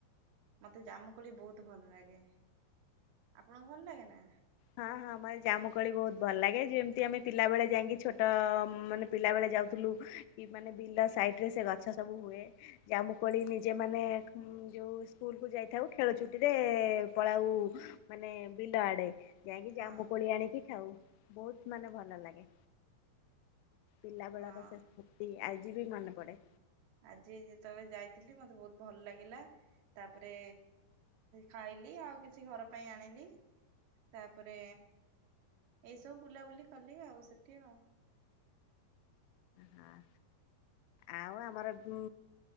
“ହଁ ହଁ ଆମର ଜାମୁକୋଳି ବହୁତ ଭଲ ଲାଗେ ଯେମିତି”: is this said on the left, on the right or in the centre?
Left